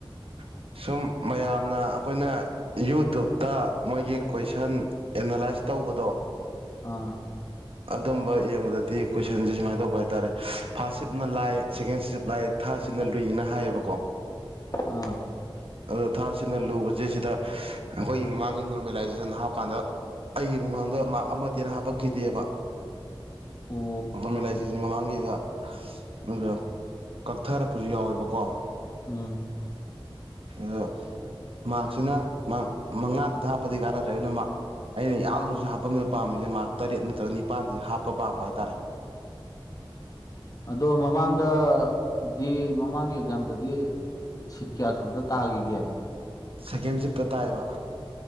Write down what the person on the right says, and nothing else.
<inaudible> ꯁꯨꯝ ꯃꯌꯥꯝꯅ ꯑꯩꯈꯣꯏꯅ ꯌꯨꯇꯕꯇ ꯃꯣꯏꯒꯤ ꯀꯣꯏꯁꯟ ꯑꯦꯅꯂꯥꯏꯁ ꯇꯧ ꯀꯨꯗꯣꯡ
ꯑꯗꯨꯝꯕ ꯌꯦꯡꯕꯗꯗꯤ ꯀꯣꯏꯁꯟꯁꯦ ꯁꯨꯃꯥꯏꯅ ꯇꯧꯕ ꯍꯥꯏꯇꯥꯔꯦ ꯐꯞ ꯅ ꯂꯥꯛ ꯁꯦꯀꯦꯟ ꯁꯤ ꯂꯥꯛꯑꯦ ꯊꯥꯔꯠꯁꯤꯅ ꯂꯨꯏꯅ ꯍꯥꯏꯌꯦꯕꯀꯣ
ꯑ ꯊꯥꯁꯤꯅ ꯂꯨꯕꯁꯦ ꯁꯤꯗ ꯑꯩꯈꯣꯏꯒꯤ ꯃꯃꯥꯡꯒꯤ ꯅꯣꯔꯃꯦꯂꯥꯏꯖꯦꯁꯟ ꯍꯥꯞꯀꯥꯟꯗ ꯑꯩꯒꯤ ꯃꯃꯥꯡꯗ ꯃꯥ ꯑꯃꯠꯇꯦꯅ ꯍꯥꯄꯛꯈꯤꯗꯦꯕ
ꯑꯃ ꯏꯂꯥꯏꯆꯁꯤꯖꯤꯃꯥꯡꯒꯤ ꯑꯗꯨꯒ ꯀꯛꯊꯔꯛꯄꯁꯨ ꯌꯥꯎꯋꯦꯕꯀꯣ
ꯎꯝ ꯃꯥꯁꯤꯅ ꯃꯉꯥꯛꯛꯇ ꯍꯥꯞꯄꯗꯤ ꯀꯥꯅꯠꯇ꯭ꯔꯦꯅ ꯃꯥ ꯑꯩꯅ ꯌꯥꯝꯅꯨꯔꯁꯨ ꯍꯥꯄꯗ ꯄꯥꯃꯤꯁꯦ ꯇꯔꯦꯠ ꯅꯠꯇ꯭ꯔꯒ ꯅꯤꯄꯥꯟꯗꯤ ꯍꯥꯞꯄ ꯄꯥꯝꯕ ꯍꯥꯏꯇꯥꯔꯦ
ꯁꯦꯀꯦꯟ ꯆꯞꯇ ꯇꯥꯏꯕ